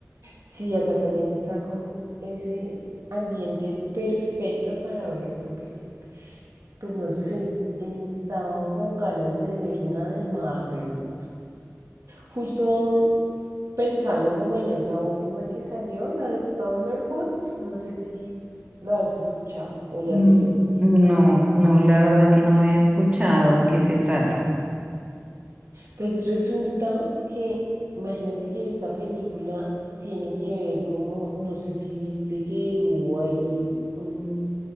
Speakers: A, on the right (about 75°); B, on the right (about 25°).
A: Sí, acá también está con ese ambiente perfecto para ver una peli. Pues no sé, estaba con ganas de ver una de Marvel. Justo pensando como en esa última que salió, la de Thunderbolts, no sé si la has escuchado o ya
B: Mm,
A: te la viste.
B: No, no, la verdad que no había escuchado de qué se trata.
A: Pues resulta que, imagínate que esta película tiene que ver como, no sé si viste que hubo ahí un,